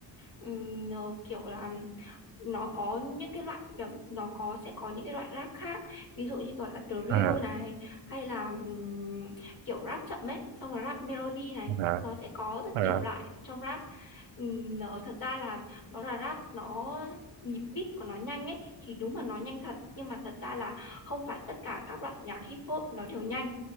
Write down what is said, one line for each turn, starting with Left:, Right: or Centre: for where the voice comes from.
Left: ừm, ờ, kiểu là nó có những cái loại ừm, nó có sẽ có những cái loại rap khác ví dụ như gọi là drill
Right: à
Left: này hay là ừm, kiểu rap chậm ấy xong rồi rap melody này
Right: à
Left: nó sẽ có rất
Right: à
Left: nhiều loại ở trong rap Ừm, nó thật ra là nó là rap nó nhịp beat của nó nhanh ấy thì đúng là nó nhanh thật nhưng mà thật ra là không phải tất cả các loại nhạc hip hop nó đều nhanh